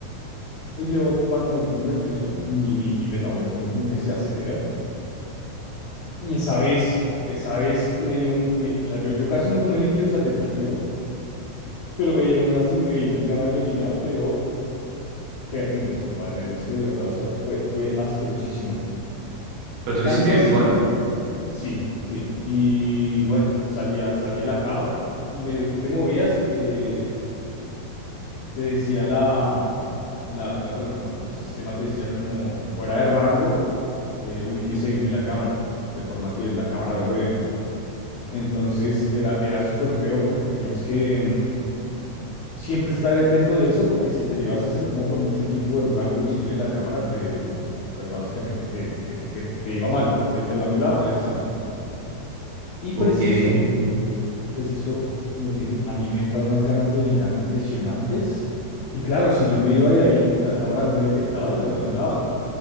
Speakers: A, on the left (about 80°); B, on the right (about 75°).
A: Y yo cuando me pongo nervioso, mi, mi, mi metabolismo como que se acelera. Y esa vez, esa vez me dio, un- me- o sea, yo, yo casi no tomé líquidos al desayuno, pero me dieron unas increíbles ganas de orinar, pero terribles, compadre. Es que de verdad, o sea, fue, fue asquerosísimo.
B: Pero tú lo
A: Tanto
B: hiciste virtual.
A: así, sí, sí. Y bueno, salía, salía a la cámara y medio tú te movías, eh, te decía la, la, la, bueno, como el sistema te decía como fuera de rango eh, ubíquese bien en la cámara, de forma que la cámara lo vea. Entonces era, era súper feo porque tenías que mm, siempre estar atento de eso, porque si te llegabas a salir como por mucho tiempo del rango visible de la cámara, te, pues básicamente te, te, te, te iba mal, te, te lo anulaban el examen. Y preciso,
B: Ok.
A: preciso, como te dije, a mí me entran unas ganas de orinar impresionantes. Y claro, si yo me iba de ahí, la cámara no me detectaba y me lo anulaban.